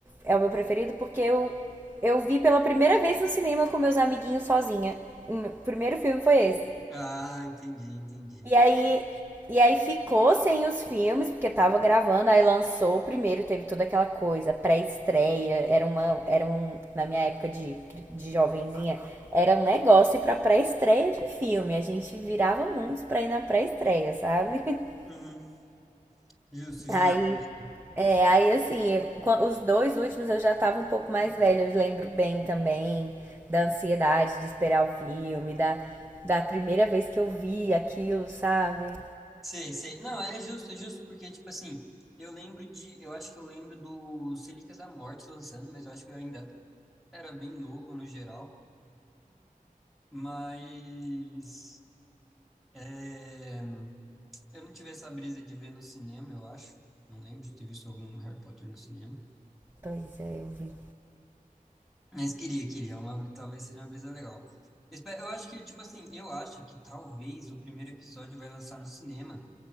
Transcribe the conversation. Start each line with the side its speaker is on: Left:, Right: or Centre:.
Right: É o meu preferido, porque eu, eu vi pela primeira vez no cinema com meus amiguinhos sozinha. O primeiro filme foi esse.
Centre: Ah, entendi, entendi.
Right: E aí, e aí ficou sem os filmes, porque tava gravando, aí lançou o primeiro, teve toda aquela coisa, pré-estreia, era uma, era um, na minha época de, de jovenzinha, era um negócio para pré-estreia de filme, a gente virava mundos pra ir na pré-estreia, sabe? <laughs>
Centre: Uhum. Justo,
Right: Aí,
Centre: justo, justo.
Right: é, aí assim, eu- quan- os dois últimos eu já tava um pouco mais velha, eu lembro bem também da ansiedade de esperar o filme, da, da primeira vez que eu vi aquilo, sabe?
Centre: Sei, sei. Não, é justo, é justo, porque, tipo assim, eu lembro de. Eu acho que eu lembro do Relíquias da Morte lançando, mas eu acho que eu ainda era bem novo no geral, mas é, eu não tive essa brisa de ver no cinema, eu acho. Não lembro de ter visto algum Harry Potter no cinema.
Right: Pois é, eu vi
Centre: Mas queria, queria. É Uma, talvez seja uma brisa legal. Eu Espe- Eu acho que, tipo assim, eu acho que talvez o primeiro episódio vai lançar no cinema